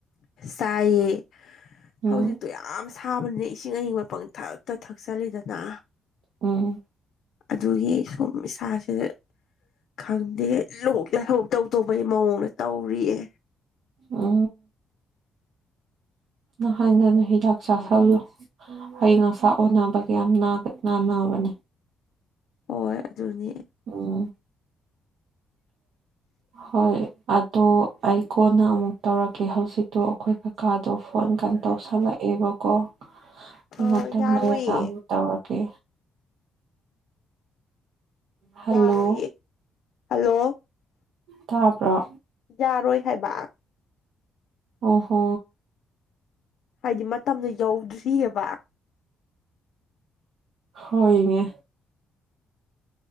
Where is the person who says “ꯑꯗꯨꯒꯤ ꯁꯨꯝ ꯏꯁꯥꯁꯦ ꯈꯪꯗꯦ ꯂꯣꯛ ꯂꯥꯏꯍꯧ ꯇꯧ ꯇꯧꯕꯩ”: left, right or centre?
Left